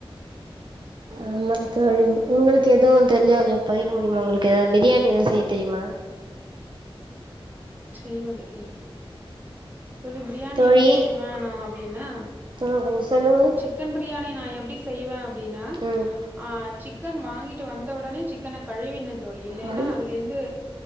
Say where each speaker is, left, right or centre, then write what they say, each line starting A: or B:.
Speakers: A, on the right; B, on the right.
A: ஆமா தோழி உங்களுக்கு எதுவு தெரிஞ்சா கொஞ்சொ பகிர முடியுமா உங்களுக்கு பிரியாணி எதவு செய்ய தெரியுமா
B: செய்வ தோழி தோழி பிரியாணி
A: தோழி
B: எப்டி செய்வே நா அப்டின்னா
A: ம் கொஞ்சோ சொல்லுங்க
B: சிக்கன் பிரியாணி நா எப்டி செய்வே அப் டினா
A: ம்
B: ஆ சிக்கன் வாங்கிட்டு வந்த ஒடனே சிக்கனா கழுவினொ தோழி இல்லேன்னா
A: ம்
B: அதுலருந்து